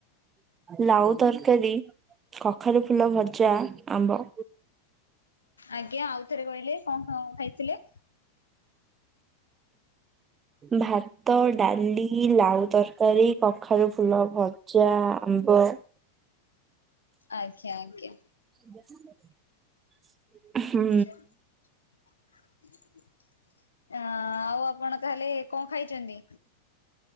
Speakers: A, on the right (about 20°); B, on the left (about 75°).
A: ଲାଉ ତରକାରୀ କଖାରୁ ଫୁଲ ଭଜା ଆମ୍ବ।
B: ଆଜ୍ଞା ଆଉ ଥରେ କହିଲେ କଣ କଣ ଖାଇଥିଲେ?
A: ଭାତ ଡାଲି ଲାଉ ତରକାରୀ କଖାରୁ ଫୁଲ ଭ ପଚା ଆମ୍ବ
B: ଆଜ୍ଞା ଆଜ୍ଞା।
A: <inaudible> ହୁଁ
B: <unintelligible> ଅ ଆଉ ଆପଣ ତାହେଲେ କଣ ଖାଇଛନ୍ତି?